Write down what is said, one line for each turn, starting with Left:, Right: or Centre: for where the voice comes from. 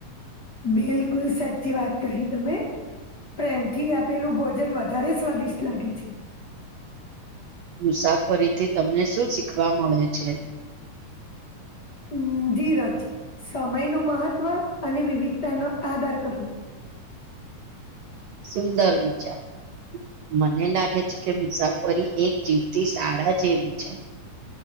Left: બિલકુલ, સાચી વાત કહી તમે પ્રેમથી આપેલું ભોજન વધારે સ્વાદિષ્ટ લાગે છે.
Right: મુસાફરીથી તમને શું શીખવા મળે છે?
Left: ઉમ ધીરજ, સમય નું મહત્વ અને વિવિધતા નો આધાર કરવો.
Right: સુંદર વિચાર. મને લાગે છે કે મુસાફરી એક જીવતી શાળા જેવી છે.